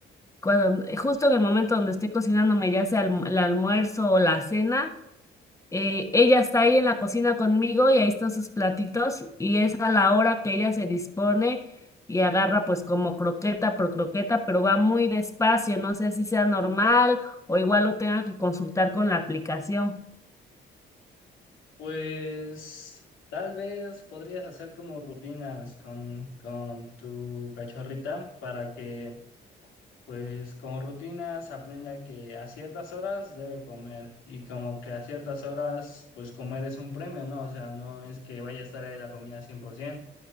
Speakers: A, on the left; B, on the left.
A: cuando eh, justo en el momento donde estoy cocinándome, ya sea alm- el almuerzo o la cena, eh, ella está ahí en la cocina conmigo y ahí están sus platitos y es a la hora que ella se dispone y agarra pues como croqueta por croqueta, pero va muy despacio, no sé si sea normal o igual lo tenga que consultar con la aplicación.
B: Pues tal vez podrías hacer como rutinas con, con tu cachorrita para que, pues con rutinas aprenda que a ciertas horas debe comer y como que a ciertas horas, pues comer es un premio, ¿no? O sea, no es que vaya a estar ahí la comida 100%.